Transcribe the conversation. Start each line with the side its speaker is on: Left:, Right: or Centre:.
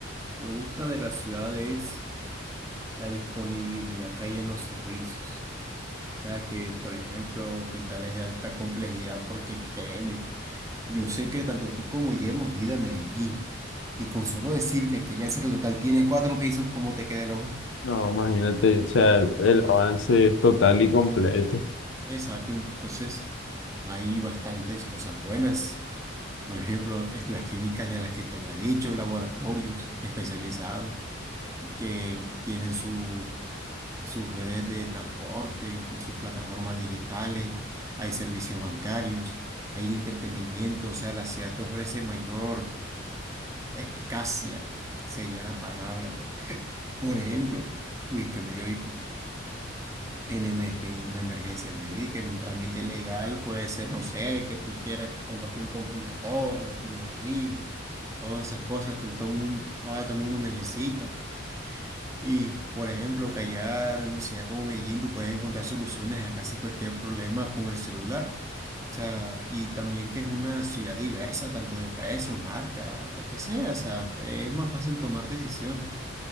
Right: me gusta de la ciudad es la disponibilidad que hay en los servicios. O sea que, por ejemplo, hospitales de alta complejidad, porque créeme, yo sé que tanto tú como yo hemos ido a Medellín. Y con solo decirte que ya el Total tiene cuatro pisos, como te queda el ojo?
Left: No, imagínate, o sea, el, el avance es total y completo.
Right: Exacto, entonces hay bastantes cosas buenas. Por ejemplo, este, las clínicas de las que te había dicho, laboratorios especializados que tienen su, sus redes de transporte, sus plataformas digitales, hay servicios bancarios, hay entretenimiento, o sea, la ciudad te ofrece mayor eficacia, sería la palabra. Por ejemplo, uy, que me dio hipo. En emergen- una emergencia médica, en un trámite legal, puede ser, no sé, que tú quieras comprarte un computador, la tecnología, todas esas cosas que todo el mundo, ahora todo el mundo necesita. Y, por ejemplo, que allá en una ciudad como Medellín tú puedes encontrar soluciones a casi cualquier problema con el celular. O sea, y también que es una ciudad diversa, tanto de precios, marca, lo que sea. O sea, es más fácil tomar decisiones